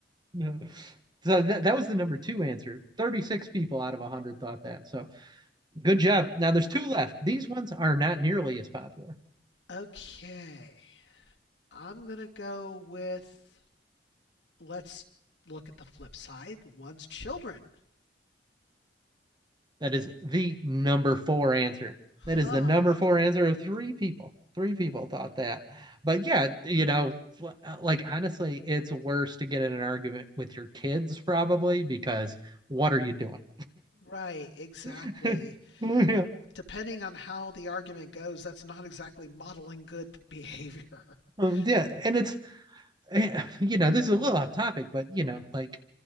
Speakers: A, on the right; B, on the left.
A: No. So that, that was the number two answer. 36 people out of 100 thought that. So good job. Now there's two left. These ones are not nearly as popular.
B: Okay. I'm gonna go with let's look at the flip side. One's children.
A: That is the number four answer.
B: Huh.
A: That is the number four answer of three people. Three people thought that. But yeah, you know, like honestly, it's worse to get in an argument with your kids probably because what are you doing?
B: Right, exactly.
A: <laughs> yeah.
B: depending on how the argument goes, that's not exactly modeling good behavior.
A: Um,
B: <laughs>
A: yeah. And it's, eh, you know, this is a little off topic, but you know, like